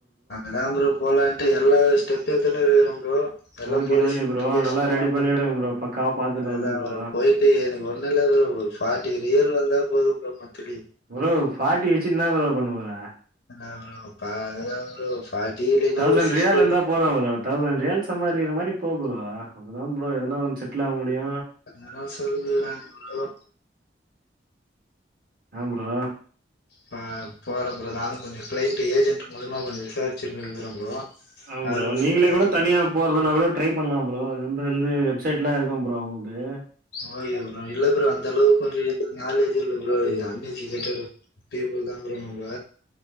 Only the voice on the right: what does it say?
ஓகே
ஓகே
ப்ரோ நல்லா
ரெடி பண்ணிவிடுங்க
ப்ரோ பக்காவா பாத்துலா
விடு ப்ரோ
ப்ரோ ஃபாட்டி வச்சு என்னா ப்ரோ பண்ண போற
தௌசண்
ரியால் இந்தா போதும் ப்ரோ தௌசண் ரியால் சம்பாதிக்கிற மாரி போ ப்ரோ அப்பதா ப்ரோ எதுனான்னு செட்லு ஆக முடியு
ஏம் ப்ரோ
ஆ
ப்ரோ நீங்களே
கூட தனியா போறதுனா கூட ட்ரை பண்ணலாம் ப்ரோ அது வந் வந்து வெப்சைட்லா இருக்கும் ப்ரோ அவுங்ளுது